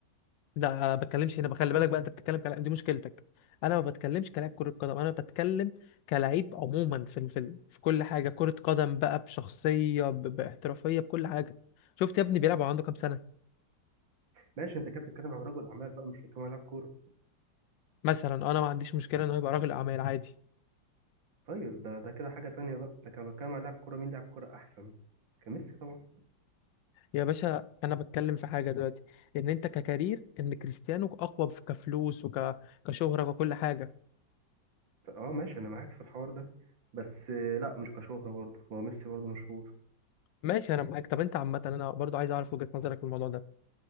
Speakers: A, on the left; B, on the right.
A: لا انا ما بتكلمش هنا خلي بالك بقى انت بتتكلم كلاعب دي مشكلتك انا ما بتكلمش كلاعب كرة قدم انا بتكلم كلاعب عموما في ال- في ال- في كل حاجة كرة قدم بقى بشخصية ب- باحترافية بكل حاجة شفت يا ابني بيلعب وهو عنده كام سنة
B: ماشي انت كنت بتتكلم عن رجل اعمال بقى مش كمان لاعب كوره
A: مثلا انا ما عنديش مشكلة ان هو يبقى راجل اعمال عادي
B: طيب ده ده كده حاجه تانية بقى ده كان بتكلم عن لاعب كوره مين لاعب كوره احسن كان ميسي طبعا
A: يا باشا انا بتكلم في حاجة دلوقتي ان انت ككارير ان كريستيانو اقوى في- كفلوس وك كشهرة وكل حاجة
B: اه ماشي انا معاك في الحوار ده بس آه، لا مش كشهرة برضه هو ميسي برضه مشهور
A: ماشي انا معاك طب انت عامة انا برضو عايز اعرف وجهة نظرك في الموضوع ده